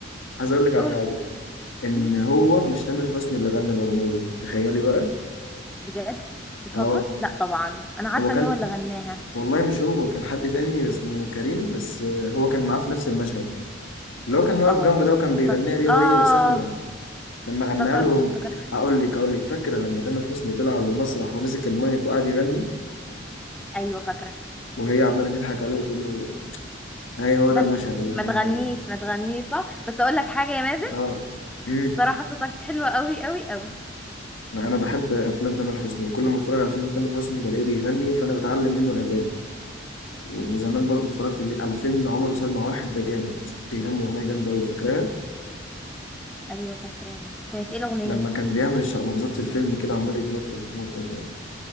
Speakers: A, on the left (about 85°); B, in the centre.
A: عايز اقول لك على
B: قول
A: حاجه ان
B: مم،
A: هو مش تامر حسني اللي غنى الاغنيه دي تخيلي بقى
B: بجد بتهزر
A: اه
B: لا طبعا أنا عارفة
A: هو كان
B: إن هو اللي غناها
A: والله مش هو كان حد تاني اسمه كريم بس آه، هو كان معاه في نفس المشهد اللي هو كان واقف
B: اه
A: جنبه ده وكان بيغنيها
B: افتكر
A: ليه
B: اه
A: وهي وسلمى لما
B: افتكرت
A: غناها لهم
B: افتكرت
A: هقول لك هقول لك فاكره لما تامر حسني طلع على المسرح ومسك المايك وقعد يغني
B: ايوه فاكره
A: وهي عماله تضحك عليه وتقول له هي هو
B: بس
A: ده المشهد اللي
B: ما
A: غنى
B: تغنيش
A: الاغنيه
B: ما تغنيش صح بس اقول لك حاجه يا مازن
A: اه امم
B: صراحه صوتك حلو قوي قوي قوي
A: انا بحب افلام تامر حسني وكل ما اتفرج على فيلم تامر حسني بلاقيه بيغني فانا بتعلم منه الاغاني وزمان
B: مم.
A: برضو اتفرجت لي- على فيلم عمر وسلمى واحد ده جامد بيغني أغنية جامدة أوي فاكراها
B: ايوه فاكراه كانت ايه الاغنيه
A: لما كان بيعمل الشقلباظات في الفيلم كده عمال يتنطط يتنطط